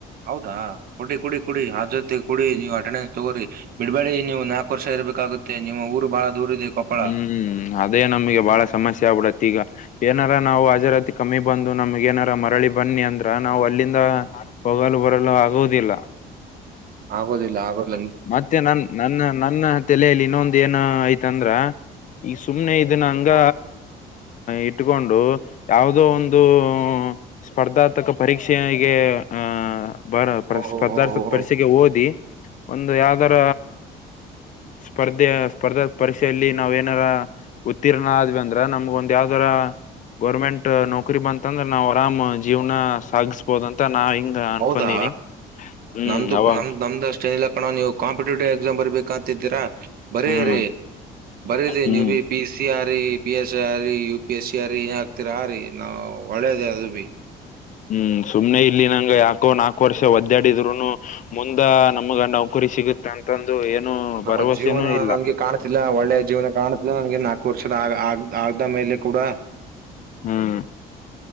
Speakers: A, on the right; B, on the left.
A: ಹೌದಾ ಕೊಡಿ ಕುಡಿ ಕುಡಿ ಅ್ ಜೊತ್ತ ಕುಡಿ ನೀವು ಅಟೆಂಡೆನ್ಸ್ ತಗೋಿ ಬಿಡ್ಬೇಡಿ ನೀವು. ನಾಲ್ಕು ವರ್ಷ ಇರಬೇಕಾಗುತ್ತೆ. ನಿಮ್ಮ ಊರು ಬಹಳ- ದೂರ ಇದೆ ಕೊಪ್ಪಳ
B: ಹ್ಮ್ ಅದೇ ನಮ್ಗೆ ಬಾಳ ಸಮಸ್ಯೆ ಆಗ್ಬಿಡತ್ತ ಈಗ. ಏನಾರ ನಾವು ಹಾಜರಾತಿ ಕಮ್ಮಿ ಬಂದು ನಮ್ಗ್ ಏನಾರ ಮರಳಿ ಬನ್ನಿ ಅಂದ್ರ ನಾವು ಅಲ್ಲಿಂದ?. ಹೋಗಲು ಬರಲು ಆಗೋುದಿಲ್ಲ.
A: ಆಗೋದಿಲ್ಲ ಆಗದ-
B: ಮತ್ತೆ ನನ್ ನನ್ನ ನನ್ನ ತಲೆಯಲ್ಲಿ ಇನ್ನೊಂದ ಏನ್ ಆಐ್ತಂದ್ರ, - ಈ ಸುಮ್ಮ್ನೆ ಇದನ್ನಂಗ ಇಟ್ಕೊಂಡು. ಯಾವುದೋ ಒಂದು ಸ್ಪರ್ಧಾತ್ಮಕ ಪರೀಕ್ಷೆಗೆ ಆಹ- ಬರ
A: ಓಹೋ
B: ಪದಾರ್ಥ
A: ಹೋ ಹೋ ಹೋ
B: ಪರೀಕ್ಷೆಗೆ ಓದಿ. ಒಂದು ಯಾವ್ದರ ಸ್ಪರ್ಧೆ ಸ್ಪರ್ಧಾ ಪರೀಕ್ಷೆಯಲ್ಲಿ ನಾವ್ ಏನಾರ. ಉತ್ತೀರ್ಣ ಆದ್ವಿ ಅಂದ್ರ ನಮ್ಗ ಒಂದ್ ಯಾವ್ದರ- ಗೌರ್ಮೆಂಟ್ ನೌಕರಿ ಬಂತಂದ್ರೆ ನಾವು ಆರಾಮ್ ಜೀವನ ಸಾಗಿಸಬೋದ ಅಂತ ನಾ ಹಿಂಗ, ಅನ್ಕೊಂಡೀನಿ
A: ಹೌದಾ
B: ಹ್ಮ್
A: ನಮ್ದು
B: ಅವಾಗ
A: ನಮ್ದ್ ನಮ್ <inaudible> ಚಂದಿಲ್ಲಾ ಕಣವ ನೀವು ಕಾಂಪಿಟೇಟಿವ್ ಎಕ್ಸಾಮ್ ಬರ್ಬೇಕು ಅಂತಿದ್ದೀರಾ. ಬರೀ
B: ಹ್ಮ್
A: ರೀ ಬರೀ ರ
B: ಹ್ಮ್
A: ನೀವು ಬಿ ಪಿ ಸಿ ಆ ರ- ಪಿ ಎಸ್ ಸಿ ಆರಿ ಯು ಪಿ ಎಸ್ ಸಿ ಆಾರಿ ಏನ್ ಹಾಕ್ತಿರ ಆ ರೀ ನಾವು ಒಳ್ಳೇದ ಅದ್ ಬಿಿ.
B: ಹ್ಮ್ ಸುಮ್ನೆ ಇಲ್ಲಿ ನಂಗ ಯಾಕೋ ನಾಕು ವರ್ಷ ಒದ್ದ್ಯಾಡಿದ್ರುನು. ಮುಂದ ನಮ್ಗ ನೌಕರಿ ಸಿಗುತ್ತೆ ಅಂತ. ತಂದು ಏನು <unintelligible>
A: ನಮ್ಮ
B: ಭರವಸೆನೂ
A: ಜೀವನ
B: ಇಲ್ಲ
A: ನಂಗೆ ಕಾಣ್ತಿಲ್ಲ ಒಳ್ಳೆ ಜೀವನ ಕಾಣ- ಇ ನನ್ಗೆ ನಾಲ್ಕು ವರ್ಷದ ಆಗ್ ಆಗದ ಮೇಲೆ ಕೂಡ.
B: ಹ್ಮ್ <unintelligible>